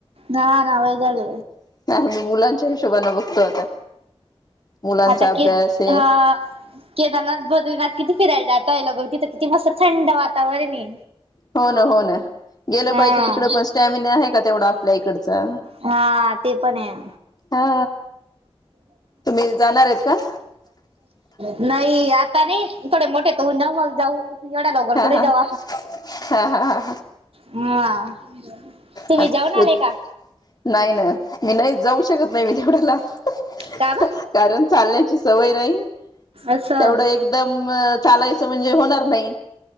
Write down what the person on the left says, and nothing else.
आम्ही मुलांच्या हिशोबानं बघतो आता मुलांचा
अभ्यास
आहे
हो ना हो ना... गेलं
पाहिजे तिकडे पण स्टॅमिना आहे का तेवढा आपल्या इकडचा
हा तुम्ही जाणार आहेत का
हा
हा
हा हा हा
हा
नाही ना मी नाही जाऊ शकत नाही मी तेवढ्या लांब
कारण चालण्याची सवय नाही...
तेवढ एकदम चालायचं म्हणजे होणार नाही...